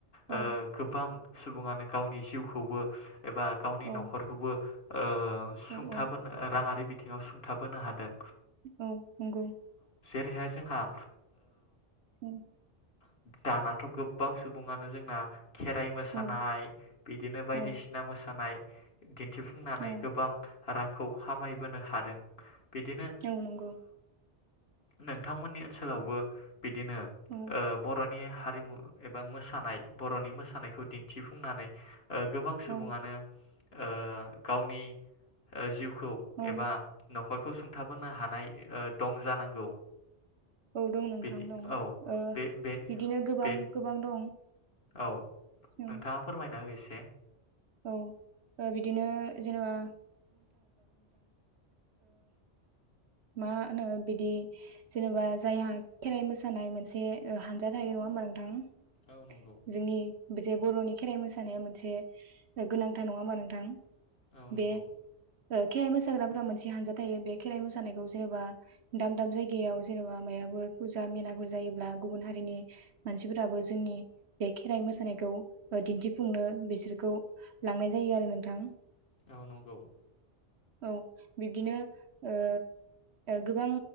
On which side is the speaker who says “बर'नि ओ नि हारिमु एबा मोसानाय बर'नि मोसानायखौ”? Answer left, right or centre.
Left